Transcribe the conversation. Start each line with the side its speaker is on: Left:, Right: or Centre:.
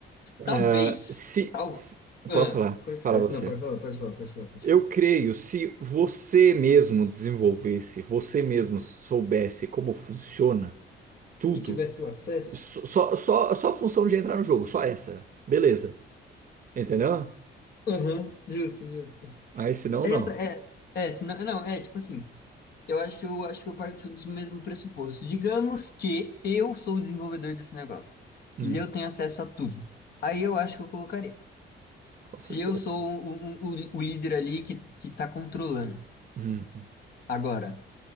Left: Talvez,
Right: eh, se,
Left: tal.
Right: se-
Left: Ah,
Right: Pode falar,
Left: Coisa certa.
Right: fala você.
Left: Não, pode falar, pode falar, pode falar, pode
Right: Eu
Left: falar.
Right: creio, se você mesmo desenvolvesse, você mesmo soubesse como funciona, Tudo.
Left: E tivesse o acesso?
Right: Só, só, só só a função de entrar no jogo, só essa. Beleza. Entendeu?
Left: Aham, justo, justo.
Right: aí se não,
Left: Essa
Right: não.
Left: é, é, senão, não, é tipo assim, eu acho que eu acho que eu parto do mesmo pressuposto. Digamos que eu sou o desenvolvedor desse negócio
Right: Hum,
Left: e eu tenho acesso a tudo. Aí eu acho que eu colocaria.
Right: com certeza.
Left: Se eu sou o, o, o líder ali que, que tá controlando.
Right: Uhum,
Left: Agora,